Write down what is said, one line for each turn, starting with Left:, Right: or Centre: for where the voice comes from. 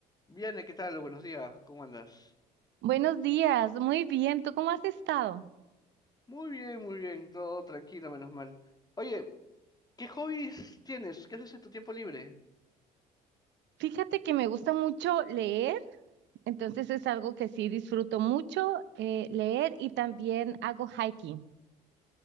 Left: Viane, ¿qué tal? Buenos días, ¿cómo andas?
Right: Buenos días, muy bien. ¿Tú cómo has estado?
Left: Muy bien, muy bien, todo tranquilo, menos mal. Oye, ¿qué hobbies tienes? ¿Qué haces en tu tiempo libre?
Right: Fíjate que me gusta mucho leer, entonces es algo que sí disfruto mucho eh, leer y también hago hiking.